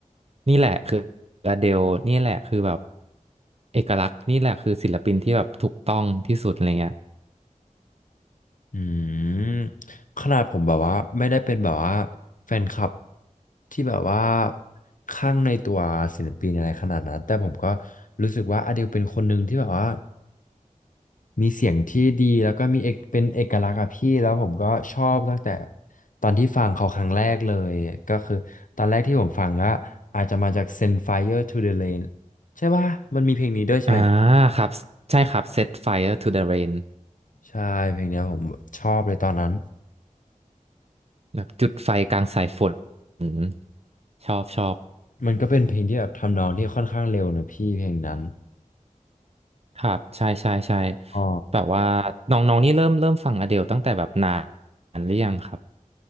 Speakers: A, on the right; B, on the left.
A: นี่แหละคืออเดลนี่แหละคือแบบเอกลักษณ์นี่แหละคือศิลปินที่แบบถูกต้องที่สุดอะไรเงี้ย
B: อืมขนาดผมแบบว่าไม่ได้เป็นแบบว่าแฟนคลับที่แบบว่าข้างในตัวศิลปินอะไรขนาดนั้นแต่ผมก็รู้สึกว่าอเดลเป็นคนหนึ่งที่แบบว่า มีเสียงที่ดีแล้วก็มีเอกเป็นเอกลักษณ์อะพี่แล้วผมก็ชอบตั้งแต่ตอนที่ฟังเขาครั้งแรกเลยก็คือตอนแรกที่ผมฟังก็อาจจะมาจาก Send Fire to the Rain ใช่ป่ะมันมีเพลงนี้ด้วยใช่ไหม
A: อ่าครับใช่ครับ Set Fire to the Rain
B: ใช่เพลงเนี้ยผมชอบเลยตอนนั้น
A: แบบจุดไฟกลางสายฝนอืมชอบชอบ
B: มันก็เป็นเพลงที่แบบทำนองที่ค่อนข้างเร็วนะพี่เพลงนั้น
A: ครับใช่ใช่ใช่
B: อ๋อ
A: แบบว่าน้องๆนี่เริ่มเริ่มฟังอเดลตั้งแต่แบบนานหรือยังครับ